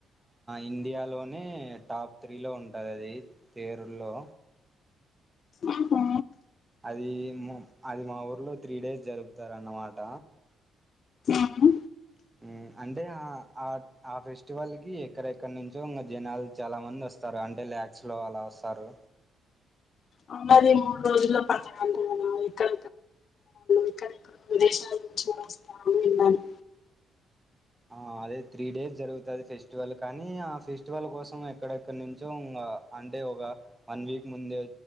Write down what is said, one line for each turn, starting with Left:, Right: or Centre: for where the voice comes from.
Right: ఇండియాలోనే టాప్ త్రీలో ఉంటుంది అది తేరుల్లో
Left: ఆహా
Right: అది అది మా ఊర్లో త్రీ డేస్ జరుపుతారన్నమాట
Left: ఉహు.
Right: ఆ అంటే ఆ ఆ ఆ ఫెస్టివల్ కి ఎక్కడెక్కడ నుంచో ఇంగ జనాలు చాలా మంది వస్తారు అంటే లాక్స్ లో అలా వస్తారు
Left: అ మళ్ళీ మూడు రోజుల పండుగ ఇక్కడ ఇక్కడెక్కడ విదేశాల నుంచి వస్తారని విన్నాను
Right: ఆ అదే త్రీ డేస్ జరుగుతుది ఫెస్టివల్ కానీ ఆ ఫెస్టివల్ కోసం ఎక్కడెక్కడ నుంచో అంటే ఒక వన్ వీక్ ముందే